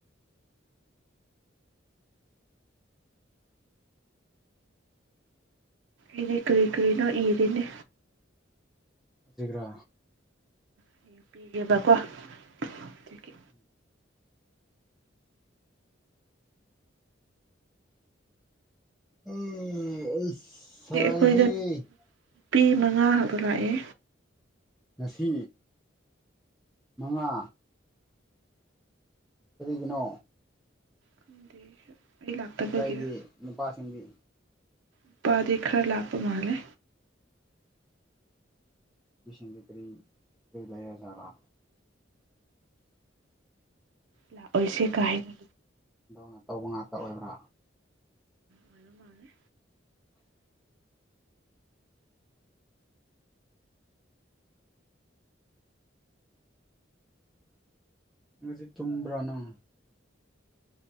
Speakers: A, on the right; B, in the centre.
A: ꯏꯅꯤ ꯀꯔꯤ ꯀꯔꯤꯅ ꯏꯗꯅꯦ
B: ꯖꯤꯒꯥ
A: ꯍꯌꯦꯡ ꯄꯤꯒꯦꯕꯀꯣ ꯑꯗꯒꯤ
B: ꯎꯝ ꯑ ꯁꯥꯏ
A: ꯑꯩꯈꯣꯏꯗ ꯅꯨꯄꯤ ꯃꯉꯥ ꯍꯥꯏꯕ ꯂꯥꯛꯑꯦ
B: ꯉꯁꯤ ꯃꯉꯥ ꯀꯔꯤꯒꯤꯅꯣ
A: <inaudible> ꯂꯥꯛꯇꯕꯒꯤꯔ
B: ꯑꯇꯩꯗꯤ ꯅꯨꯄꯥꯁꯤꯡꯒꯤ
A: ꯎꯄꯥꯔꯤ ꯈꯔ ꯂꯥꯄ ꯃꯥꯂꯦ
B: ꯁꯟꯗꯤ ꯀꯔꯤ ꯀꯂꯦꯖꯔꯥ
A: ꯂꯥꯛꯑꯣꯏꯁꯦ ꯀꯥꯏꯅ
B: ꯅ ꯇꯧꯕ ꯉꯥꯛꯇ ꯑꯣꯏꯕ꯭ꯔꯥ
A: ꯑꯣꯏꯕ ꯃꯥꯜꯂꯦ
B: ꯉꯁꯤ ꯇꯨꯝꯕ꯭ꯔꯥꯅꯨꯝ